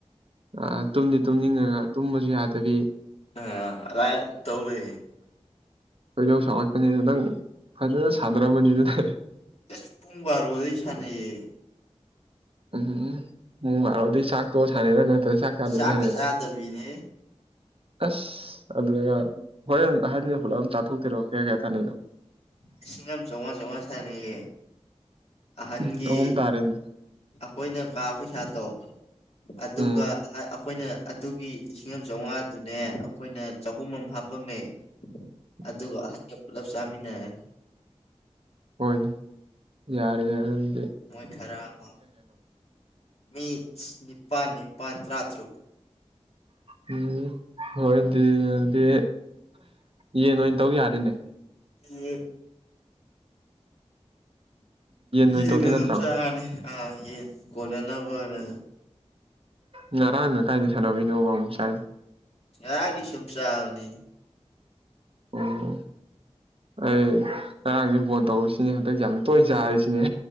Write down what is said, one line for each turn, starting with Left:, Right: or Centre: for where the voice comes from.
Right: ꯑ ꯇꯨꯝꯗꯤ ꯇꯨꯝꯅꯤꯡꯉꯒ ꯇꯨꯝꯕꯁꯨ ꯌꯥꯗꯕꯤ
Left: ꯑꯥ ꯑꯥꯏ ꯇꯧ ꯂꯩꯌꯦ
Right: ꯈꯣꯏꯗꯧ ꯆꯥꯎꯒꯠꯄꯅꯤꯅ ꯅꯪ ꯐꯖꯅ ꯁꯥꯟꯅꯔꯝꯕꯅꯤ ꯑꯗꯨ ꯅ
Left: ꯑꯦꯁ ꯄꯨꯡꯕꯥꯔꯣꯗꯩ ꯁꯥꯟꯅꯌꯦ
Right: ꯎꯝ ꯎꯝ ꯍꯥꯏꯔꯑꯣ ꯑꯗꯨꯩ ꯆꯥꯛꯇꯣ ꯁꯥꯟꯅꯩꯔꯣ ꯅꯠꯇ꯭ꯔ ꯆꯥꯛ ꯆꯥꯗꯗꯤ
Left: ꯆꯥꯛꯀ
Right: ꯁꯥꯟꯅꯩꯔꯑꯣ
Left: ꯆꯥꯗꯕꯤꯅꯦ
Right: ꯑꯁ ꯑꯗꯨꯒ ꯍꯣꯏꯪ ꯑꯍꯥꯟꯕꯅ ꯄꯨꯂꯞ ꯑꯗꯨꯝ ꯆꯥꯊꯣꯛꯇꯔꯣꯑꯣ ꯀꯌꯥ ꯀꯌꯥ ꯊꯥꯅꯅꯣ
Left: ꯂꯤꯁꯤꯡ ꯑꯃ ꯆꯥꯝꯃꯉꯥ ꯆꯥꯝꯃꯉꯥ ꯁꯥꯟꯅꯩꯌꯦ ꯑꯍꯟꯒꯤ
Right: ꯎꯝ ꯑꯍꯨꯝ ꯇꯥꯔꯦꯅꯦ
Left: ꯑꯩꯈꯣꯏꯅ ꯀꯥ ꯄꯩꯁꯥꯗꯣ ꯑꯗꯨꯒ
Right: ꯎꯝ
Left: ꯑꯩꯈꯣꯏꯅ ꯑꯗꯨꯒꯤ ꯂꯤꯁꯤꯡ ꯑꯃ ꯆꯥꯝꯃꯉꯥꯗꯨꯅꯦ ꯑꯩꯈꯣꯏꯅ ꯆꯍꯨꯝ ꯑꯃ ꯍꯥꯞꯄꯝꯃꯦ
Right: <inaudible>
Left: ꯑꯗꯨꯒꯥ ꯑꯍꯟꯒ ꯄꯨꯂꯞ ꯆꯃꯤꯅꯔꯥꯅꯤ
Right: ꯍꯣꯏ ꯌꯥꯔꯦ ꯍꯥꯏꯔꯅꯤ
Left: ꯃꯣꯏ ꯈꯔ ꯑꯃ ꯃꯤ ꯅꯤꯄꯥꯜ ꯅꯤꯄꯥꯜ ꯇꯔꯥꯇꯔꯨꯛ
Right: ꯎꯝ ꯍꯣꯔꯦꯟꯗꯤ ꯑꯗꯨꯗꯤ ꯌꯦꯟ ꯑꯣꯏꯅ ꯇꯧ ꯌꯥꯔꯦꯅꯦ
Left: ꯌꯦ
Right: ꯑꯣꯏꯅ
Left: ꯌꯦꯟ
Right: ꯇꯧꯗꯣꯏ
Left: ꯑꯗꯨꯝ
Right: ꯅꯠꯇ꯭ꯔꯣ
Left: ꯆꯥꯔꯥꯅꯤ ꯑꯥ ꯌꯦꯟ ꯀꯣꯟꯅꯅꯕꯅ
Right: ꯉꯔꯥꯡꯅ ꯀꯥꯏꯗ ꯁꯥꯟꯅꯕꯩꯅꯣꯕ ꯑꯃꯨꯛ ꯆꯥꯏꯗꯨ
Left: ꯉꯔꯪꯗꯤ ꯁꯨꯝ ꯆꯥꯕꯅꯤ
Right: ꯑꯣ ꯑꯩ ꯉꯔꯥꯡꯁꯦ ꯕꯣꯟ ꯇꯧꯔꯨꯁꯤꯅꯦ ꯍꯟꯗꯛꯁꯦ ꯌꯥꯝ ꯇꯣꯏꯅ ꯆꯥꯔꯤꯁꯤꯅꯦ